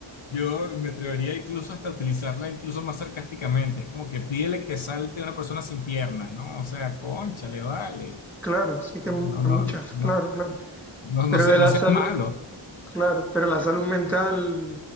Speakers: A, on the left; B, in the centre.
A: Yo me atrevería incluso hasta a utilizarla incluso más sarcásticamente. Es como que pídele que salte a una persona sin piernas, ¿no? O sea, concha, le vale.
B: Claro, sí que
A: Pero
B: mu-
A: No,
B: hay
A: no,
B: muchas,
A: no, no,
B: claro, claro.
A: no,
B: Pero
A: no sea-
B: de
A: no
B: la
A: seas
B: salud,
A: malo.
B: claro, pero la salud mental.